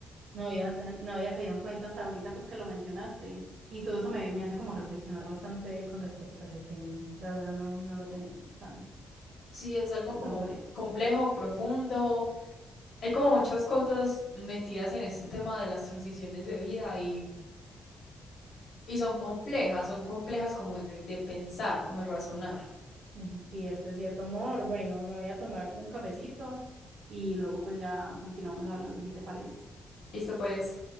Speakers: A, on the right (about 65°); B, on the left (about 60°).
A: no había, ta- no había caído en cuenta hasta ahorita pues que lo mencionaste y todo eso me, me hace como reflexionar bastante con respecto a ese tema, la verdad no, no lo tenía como tan,
B: Sí, es algo
A: como
B: como
A: tan fresco.
B: complejo, profundo. Hay como muchas cosas metidas en este tema de las transiciones de vida y, y son complejas, son complejas como de, de pensar, como de razonar.
A: Es cierto, es cierto, amor, bueno, me voy a tomar un cafecito y luego pues ya continuamos hablando si te parece.
B: Listo, pues.